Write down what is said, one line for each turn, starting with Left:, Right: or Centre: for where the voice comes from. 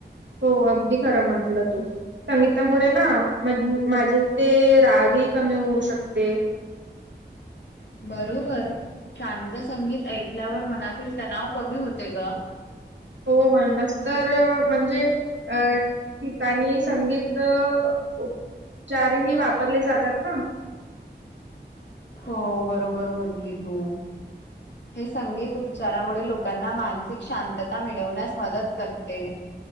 Right: हो, अगदी खरं म्हंटलं तू संगीतामुळे ना माझे ते राग ही कमी होऊ शकते.
Left: <inaudible> बरोबर शांत संगीत ऐकल्यावर मनातील तणाव कमी होते ग.
Right: हो म्हणूनच तर म्हणजे अ ठिकाणी संगीत उपचार वा वापरले जातात ना?
Left: हो बरोबर बोली तू. हे संगीत उपचारामुळे लोकांना मानसिक शांतता मिळवण्यास मदत करते.